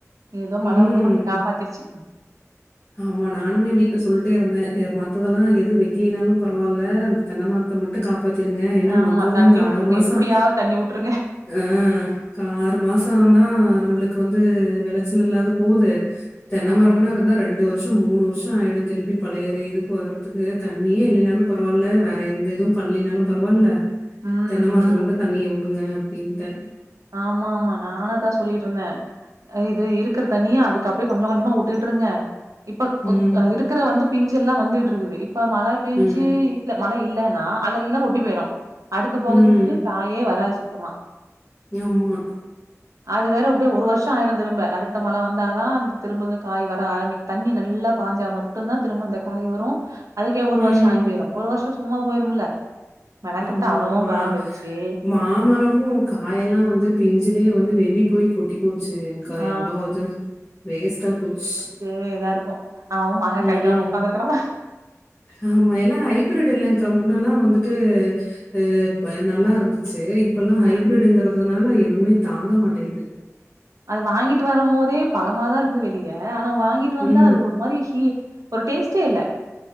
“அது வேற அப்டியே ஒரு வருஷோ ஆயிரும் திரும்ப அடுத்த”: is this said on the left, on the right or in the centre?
Right